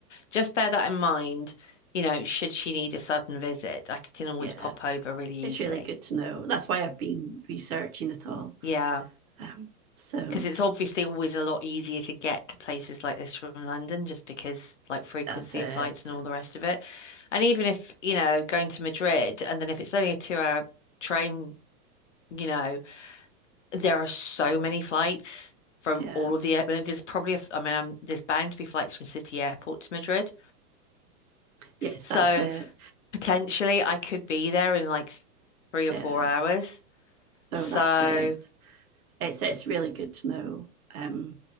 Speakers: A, on the left; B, on the right.
A: Just bear that in mind. You know, should she need a sudden visit, I can always
B: yeah.
A: pop over really easily.
B: It's really good to know. That's why I've been researching it all.
A: Yeah.
B: Um, so
A: Because it's obviously always a lot easier to get to places like this from London, just because like frequency
B: that's it.
A: of flights and all the rest of it. And even if, you know, going to Madrid and then if it's only a two hour train, you know, there are so many flights from
B: Yeah.
A: all of the, I mean, there's probably, a f I mean, I'm, there's bound to be flights from City Airport to Madrid.
B: Yes,
A: So
B: that's it.
A: potentially I could be there in like three or
B: Yeah.
A: four hours.
B: So
A: So
B: that's it. it's it's really good to know. Um,